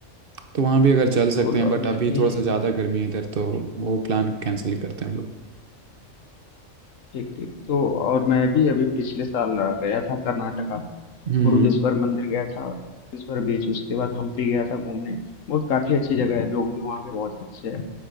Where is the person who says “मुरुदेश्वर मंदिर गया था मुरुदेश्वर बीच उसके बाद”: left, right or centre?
Left